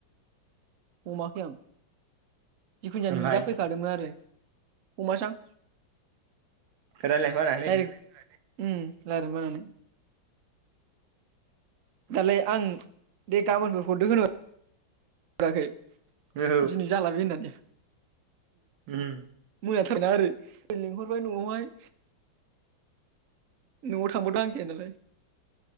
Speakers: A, on the right (about 60°); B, on the right (about 85°).
A: हमाखै आं जिखुन जाया
B: ओमफ्राय
A: नुजाफैखादोंमोन आरो। हमासां
B: रानलायनो बानानै
A: डाइरेक्ट उम लायरायनो बानानै। दालाय आं दे गाबोनखौ हरदो होन हराखै
B: औ
A: दिनै जाला बे होननानै।
B: उम
A: मोनाथारना ओरै लिंहरबाय न'आवहाय। न'आव थांबाथ' नांखाया नालाय।